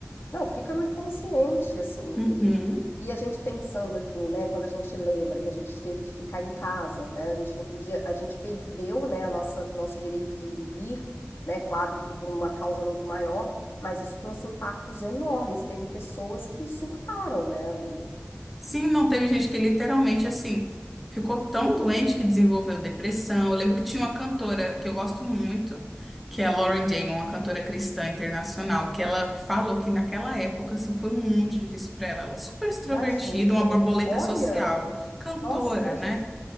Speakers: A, on the left; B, in the centre.
A: Não, fica no inconsciente, assim,
B: Uhum.
A: e, e- e a gente pensando aqui, né, quando a gente lembra que a gente teve que ficar em casa, né, a gente não podia, a gente perdeu, né, a nossa, nosso direito de ir e vir, né, claro que por uma causa muito maior, mas isso trouxe impactos enormes, teve pessoas que surtaram, né, amiga?
B: Sim, não teve gente que literalmente assim ficou tão doente que desenvolveu depressão. Eu lembro que tinha uma cantora que eu gosto muito, que é a Lauren Daigle, uma cantora cristã internacional, que ela falou que naquela época assim foi muito difícil para ela. Ela é super extrovertida,
A: Imagina,
B: uma borboleta
A: olha...
B: social, cantora,
A: Nossa, imagina.
B: né?